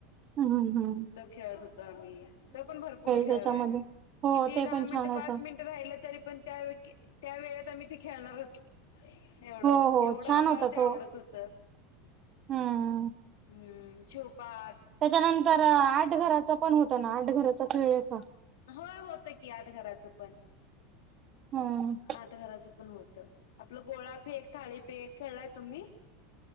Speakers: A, on the right; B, on the left.
A: हम् हम हम्.
B: तो खेळत होतो आम्ही, तो पण भरपूर खेळलाय
A: त्याच्यामध्ये हो
B: किती
A: ते
B: दहा
A: पण
B: मिनिट
A: छान होत
B: -पाच मिनिट राहिलं तरी पण त्या वे - त्या वेळेत आम्ही ते खेळणारच. एवढं,
A: हो हो
B: एवढं
A: छान
B: आम्हाला
A: होता
B: ते आवडत
A: तो
B: होतं.
A: हम्म.
B: ह्म, शिवपाठ.
A: त्याच्यानंतर आठ घराचा पण होत ना, आठ घराचा खेळलाय का?
B: होय होतं की आठ घराचं पण.
A: हम्म.
B: आठ घराचं पण होत, आपलं गोळा फेक, थाळी फेक खेळलाय तुम्ही?